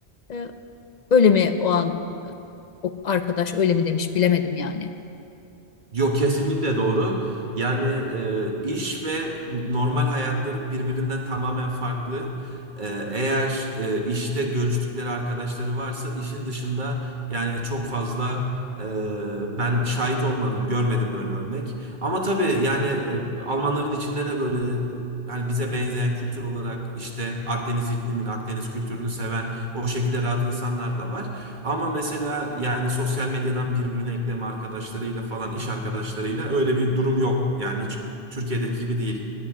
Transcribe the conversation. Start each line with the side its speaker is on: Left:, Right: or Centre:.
Left: e, öyle mi o an o arkadaş öyle mi demiş bilemedim yani.
Right: Yok kesinlikle doğru. Yani e, iş ve normal hayatları birbirinden tamamen farklı. E, eğer e, işte görüştükleri arkadaşları varsa işin dışında yani çok fazla e, ben şahit olmadım, görmedim böyle örnek. Ama tabii yani e, Almanların içinde de böyle hani bize benzeyen kültür olarak işte Akdeniz iklimini, Akdeniz kültürünü seven o şekilde rahat insanlar da var. Ama mesela yani sosyal medyadan birbirine ekleme arkadaşlarıyla falan iş arkadaşlarıyla öyle bir durum yok. Yani hiç Türkiye'deki gibi değil.